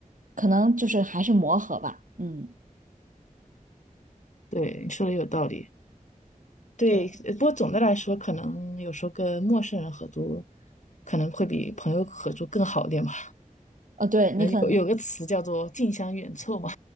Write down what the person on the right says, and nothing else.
可能就是还是磨合吧，嗯。
对。
呃，对，你可能